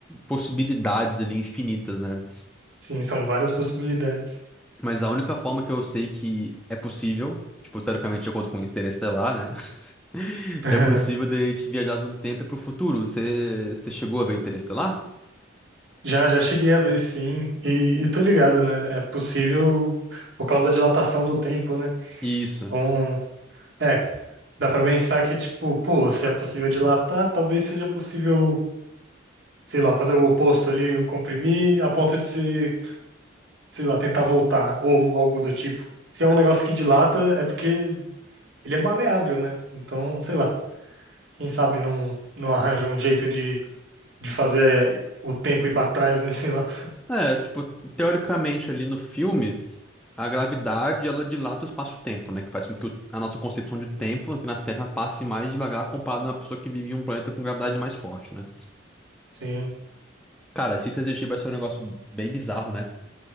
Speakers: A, in the centre; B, on the right.
A: possibilidades ali infinitas, né?
B: sim, são várias possibilidades.
A: Mas a única forma que eu sei que é possível, tipo, teoricamente, de acordo com o Interestelar, né? <laughs>
B: <laughs>
A: É possível de a gente viajar no tempo e pro futuro. Você você chegou a ver Interestelar?
B: Já, já cheguei a ver, sim, e, e tô ligado, né? É possível por causa da dilatação do tempo, né?
A: Isso.
B: Então, é, dá pra pensar que, tipo, pô, se é possível dilatar, talvez seja possível, sei lá, fazer o oposto ali, um comprimir, a ponto de ser, sei lá, tentar voltar, ou algo do tipo. Se é um negócio que dilata, é porque ele é maleável, né? Então, sei lá, quem sabe não, não arranja um jeito de, de fazer eh, o tempo ir pra trás, né? <laughs> Sei lá.
A: É, tipo, teoricamente ali no filme, a gravidade ela dilata o espaço-tempo, né? Que faz com que o- a nossa concepção de tempo aqui na Terra passe mais devagar comparado a uma pessoa que vive em um planeta com gravidade mais forte, né?
B: Sim,
A: Cara, se isso existir, vai ser um negócio bem bizarro, né?